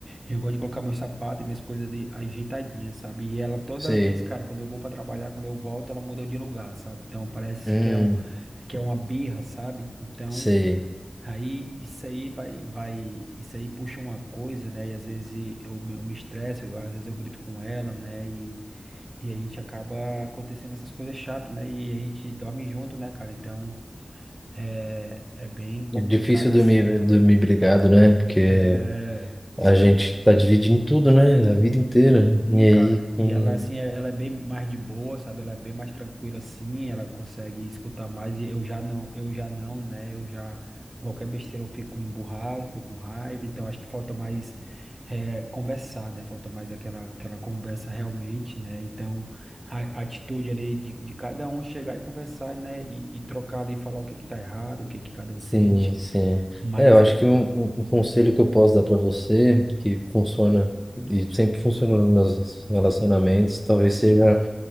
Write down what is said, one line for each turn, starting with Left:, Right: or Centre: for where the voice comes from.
Right: e eu gosto de colocar meu sapato e minhas coisas ali ajeitadinhas, sabe, e ela toda
Centre: Sei.
Right: vez, cara, quando eu vou pra trabalhar, quando eu volto, ela mudou de lugar, sabe, então parece
Centre: Hum,
Right: que é, um, que é uma birra, sabe, então...
Centre: sei.
Right: Aí isso aí vai, vai, isso aí puxa uma coisa, né? E às vezes eu, me- eu me estresso, eu- às vezes eu grito com ela, né? E, e a gente acaba acontecendo essas coisas chatas, né? E a gente dorme junto, né, cara? Então é, é bem complicado
Centre: É difícil dormir,
Right: assim.
Centre: dormir brigado, né? Porque
Right: É, sabe?
Centre: A gente tá dividindo tudo, né? A vida inteira.
Right: Sim,
Centre: E aí,
Right: cara, e
Centre: com...
Right: ela assim, é- ela é bem mais de boa, sabe? Ela é bem mais tranquila assim, ela consegue escutar mais. E eu já não, eu já não, né? Eu já qualquer besteira eu fico emburrado, fico com raiva. Então acho que falta mais eh, conversar, né? Falta mais aquela aquela conversa realmente, né? Então a, a atitude ali de, de cada um chegar e conversar, né? E, e trocar ali, falar o que que tá errado, o que que cada um
Centre: sim,
Right: sente.
Centre: sim.
Right: Mas
Centre: É, eu acho
Right: eu,
Centre: que um, um- um conselho que eu posso dar para você, que funciona e sempre funcionou nos meus relacionamentos, talvez seja